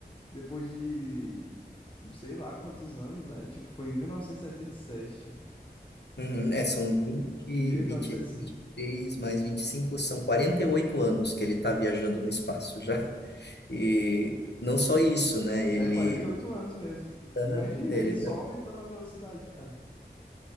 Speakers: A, on the left; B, on the left.
A: depois de sei lá quantos anos, né? Tipo, foi em 1977.
B: uhum. É, são vinte vinte,
A: 1900.
B: vinte e 23 mais 25, são 48 anos que ele está viajando no espaço já. E não só isso, né? Ele,
A: É, 48 anos mesmo.
B: Aham.
A: Imagina,
B: ele
A: e só
B: tá
A: aumentando a velocidade, cara.